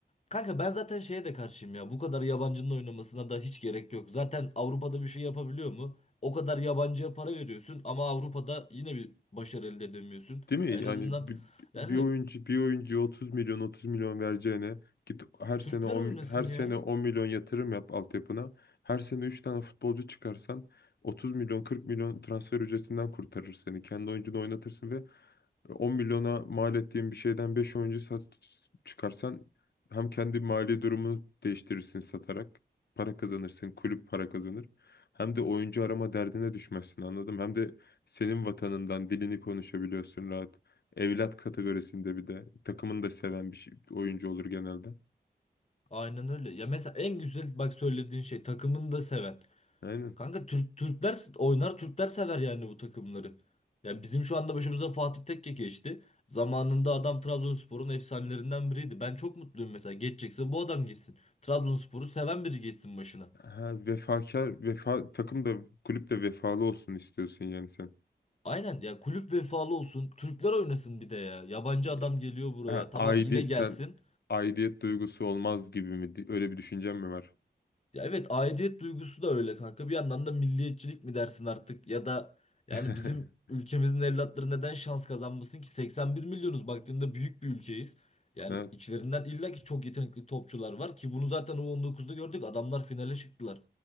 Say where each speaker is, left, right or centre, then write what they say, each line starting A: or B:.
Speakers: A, on the left (about 40°); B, on the left (about 70°).
A: Kanka ben zaten şeye de karşıyım ya. Bu kadar yabancının oynamasına da hiç gerek yok. Zaten Avrupa'da bir şey yapabiliyor mu? O kadar yabancıya para veriyorsun ama Avrupa'da yine bir başarı elde edemiyorsun.
B: Değil mi?
A: En
B: Yani
A: azından
B: bir,
A: yani
B: bir oyuncu bir oyuncuya 30 milyon 30 milyon vereceğine git her
A: Türkler
B: sene 10,
A: oynasın
B: her
A: ya.
B: sene 10 milyon yatırım yap altyapına. Her sene 3 tane futbolcu çıkarsan 30 milyon 40 milyon transfer ücretinden kurtarır seni. Kendi oyuncunu oynatırsın ve 10 milyona mal ettiğin bir şeyden 5 oyuncu sat, çıkarsan hem kendi mali durumunu değiştirirsin satarak para kazanırsın, kulüp para kazanır. Hem de oyuncu arama derdine düşmezsin anladım. Hem de senin vatanından dilini konuşabiliyorsun rahat. Evlat kategorisinde bir de. Takımını da seven bir şey- oyuncu olur genelde.
A: Aynen öyle. Ya mesela en güzel bak söylediğin şey takımını da seven.
B: Aynen.
A: Kanka Türk Türkler s- oynar, Türkler sever yani bu takımları. Yani bizim şu anda başımıza Fatih Tekke geçti. Zamanında adam Trabzonspor'un efsanelerinden biriydi. Ben çok mutluyum mesela. Geçecekse bu adam geçsin. Trabzonspor'u seven biri geçsin başına.
B: Ha, vefakar, vefa, takım da kulüp de vefalı olsun istiyorsun yani sen.
A: Aynen ya kulüp vefalı olsun. Türkler oynasın bir de ya. Yabancı adam
B: Ya-
A: geliyor buraya.
B: Ha,
A: Tamam
B: aidi,
A: yine gelsin.
B: sen aidiyet duygusu olmaz gibi mi? Di- Öyle bir düşüncen mi var?
A: Ya evet aidiyet duygusu da öyle kanka. Bir yandan da milliyetçilik mi dersin artık ya da yani
B: <laughs>
A: bizim ülkemizin evlatları neden şans kazanmasın ki 81 milyonuz baktığında büyük bir ülkeyiz. Yani
B: Evet.
A: içlerinden illa ki çok yetenekli topçular var ki bunu zaten u on dokuzda gördük. Adamlar finale çıktılar.